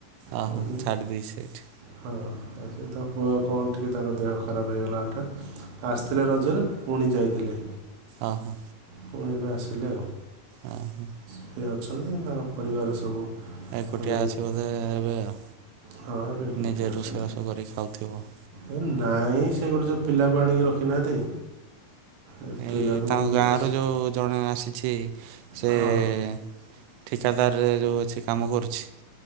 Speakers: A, on the right; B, on the right.
A: ଓ
B: ପୁଣି
A: ହୋ ଛଟ ଦେଇଇ ସେଇଠ୍।
B: ହଁ ହଁ ସେ ତା କୁଅ କଣ ଟିକଏ ତାଙ୍କ ଦେହ ଖରାପ ହେଇଗଲା ହଠତ୍ ଆ ଥିଲେ ରଜରେ ପୁଣି ଯାଇଥିଲେ।
A: ହ ହୋ।
B: ପୁଣି ଏବେ ଆସିଲେ।
A: ହ ହୋ।
B: ସିଏ ଅଛନ୍ତି ତାଙ୍କ ପରିବାର ସବୁ
A: ଏକୁଟିଆ
B: ମାନେ ଏବେ
A: ଅଛି ବୋଧେ ଏବେ ଆଉ।
B: ହଁ ଏବେ ଏକୁଟିଆ
A: ନିଜେ
B: ଅଛନ୍ତି
A: ରୋଷେଇ ରସ କରି ଖାଉଥିବ।
B: ଏ ନାଇଁ ସେ ଗୋଟେ ଜଉ ପିଲାକୁ ଆଣିକି ରଖିନାହାନ୍ତି। ଏ ପିଲାକୁ
A: ଏଇ ତାଙ୍କ
B: ନେଇକି
A: ଗାଁ
B: ତା
A: ର ଯଉ ଜଣେ ଆସିଛି। ଏଁତ ସେଁ
B: ହଁ
A: ଠିକାଦାର ରେ ଯଉ ଅଛି କାମ କରୁଛି।